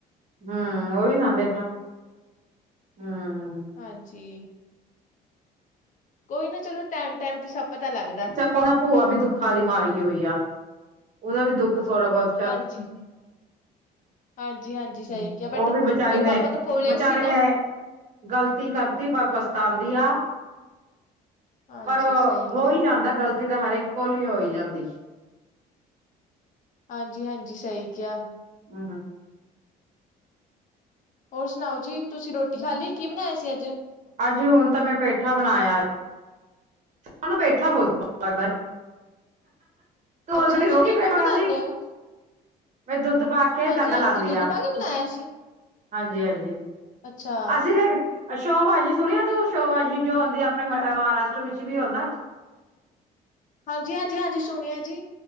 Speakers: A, on the right (about 45°); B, on the left (about 50°).
A: ਹੂੰ, ਉਹੀ ਨਾ ਦੇਖਲਾ, ਹੂੰ।
B: ਹਾਂਜੀ। ਕੋਈ ਨਾ ਚਲੋ ਟਾਇਮ-ਟਾਇਮ ਤੇ ਸਭ ਪਤਾ ਲੱਗਦਾ।
A: ਦੇਖੋ ਨਾ ਭੂਆ ਵੀ ਨਾ ਦੁੱਖਾਂ ਦੀ ਮਾਰੀ ਹੋਈ ਆ, ਉਹਦਾ ਵੀ ਦੁੱਖ ਥੋੜਾ-ਬਹੋਤ
B: ਹਾਂਜੀ। ਹਾਂਜੀ-ਹਾਂਜੀ ਸਹੀ ਬਟ,
A: ਉਹ ਵੀ ਵਿਚਾਰੀ
B: ਮੇਰੇ
A: ਨੇ
B: ਪਾਪਾ ਤਾ ਭੋਲੇ
A: ਵਿਚਾਰੀ
B: ਸੀ ਨਾ।
A: ਨੇ ਗ਼ਲਤੀ ਕਰਤੀ, ਪਰ ਪਛਤਾਂਦੀ ਆ।
B: ਹਾਂਜੀ
A: ਪਰ
B: ਸਹੀ
A: ਹੋਈ
B: ਕਿਹਾ,
A: ਜਾਂਦਾ, ਗ਼ਲਤੀ ਤਾਂ ਹਰੇਕ ਕੋਲ ਹੀ ਹੋਈ ਜਾਂਦੀ।
B: ਹਾਂਜੀ-ਹਾਂਜੀ, ਸਹੀ ਕਿਆ।
A: ਹੂੰ
B: ਹੋਰ ਸੁਣਾਓ ਜੀ, ਤੁਸੀਂ ਰੋਟੀ ਖਾਲੀ, ਕੀ ਬਣਾਇਆ ਸੀ ਅੱਜ?
A: ਅੱਜ, ਹੁਣ ਤਾਂ ਮੈਂ ਪੇਠਾ ਬਣਾਇਆ। ਮਨੁੰ ਪੈਠਾ ਬਹੁਤ ਸਵਾਦ ਲੱਗਦਾ ਏ। ੋਲਣੀ
B: ਅੱਛਾ ਤੁਸੀਂ
A: ਰੋ ਪੇਠਾ
B: ਕਿਵੇਂ ਬਣਾਨੇ
A: ਖਾਂਦੀ
B: ਓ?
A: ਮੈਂ ਦੁੱਧ ਪਾਕੇ
B: ਹਾਂਜੀ-ਹਾਂਜੀ
A: ਤਡਾ ਲਾਂਦੀ
B: ਦੁੱਧ
A: ਆ।
B: ਪਾ ਕੇ ਬਣਾਇਆ ਸੀ?
A: ਹਾਂਜੀ-ਹਾਂਜੀ,
B: ਅੱਛਾ
A: ਅਸੀਂ ਦੇ ਸ਼ੋਬਾਜੀ ਸੁਣਿਆ ਤੂੰ, ਸ਼ੋਬਾਜੀ ਜੋ ਹੁੰਦੀ ਆਪਣੇ ਮਹਾਰਾਸ਼ਟਰ ਵਿੱਚ ਵੀ ਓਨਾ?
B: ਹਾਂਜੀ-ਹਾਂਜੀ, ਹਾਂਜੀ ਸੁਣਿਆ ਜੀ।